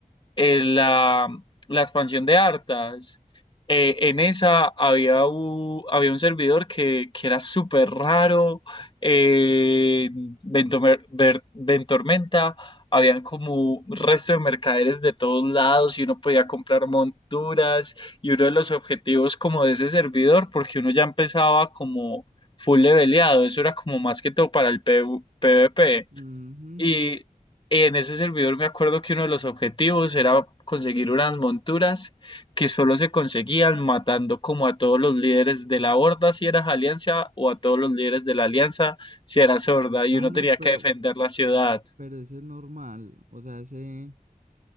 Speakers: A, on the left (about 35°); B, on the right (about 60°).
A: eh, la, la expansión de Arthas eh, en esa había un, había un servidor que, que era súper raro. eh, Ventomer- Ver- Ventormenta, habían como resto de mercaderes de todos lados y uno podía comprar monturas. Y uno de los objetivos como de ese servidor, porque uno ya empezaba como full leveleado, eso era como más que todo para el PvP.
B: Ujú.
A: Y en ese servidor me acuerdo que uno de los objetivos era conseguir unas monturas que solo se conseguían matando como a todos los líderes de la horda si eras alianza o a todos los líderes de la alianza si eras horda y
B: Ah,
A: uno
B: no,
A: tenía
B: pero,
A: que defender la ciudad.
B: pero ese es normal. O sea, ese,